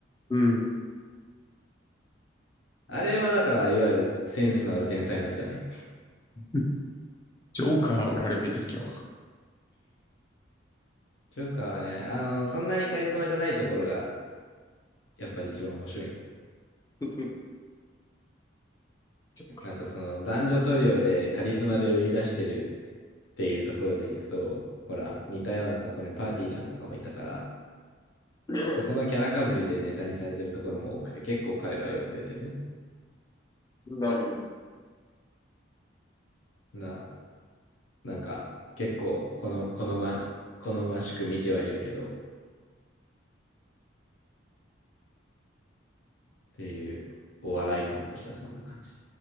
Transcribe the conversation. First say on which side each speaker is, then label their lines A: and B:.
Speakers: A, on the left; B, on the left.
A: うん。
B: あれはだから、いわゆるセンスのある天才なんじゃない
A: <laughs> ジョーカー、俺あれめっちゃ好きやわ。
B: ジョーカーはね、あの、そんなにカリスマじゃないところが、やっぱり一番面白いんで。
A: <laughs> そっか
B: あと、その、男女トリオでカリスマで売り出してるっていうところでいくと、ほら、似たようなところにパーティーちゃんとかもいたから、
A: <laughs>
B: そこのキャラかぶりでネタにされてるところも多くて、結構彼らはよく出てるね。
A: なるほど。
B: な、なんか、結構、この、好ま、好ましく見てはいるけど、っていう、お笑い感としてはそんな感じ。